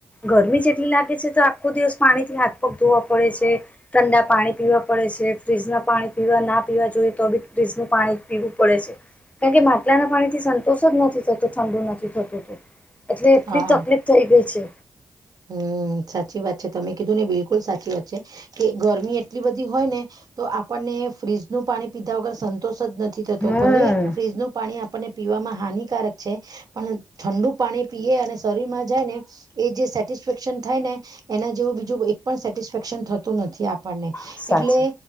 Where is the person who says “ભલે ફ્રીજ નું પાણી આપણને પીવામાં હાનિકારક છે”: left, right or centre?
Right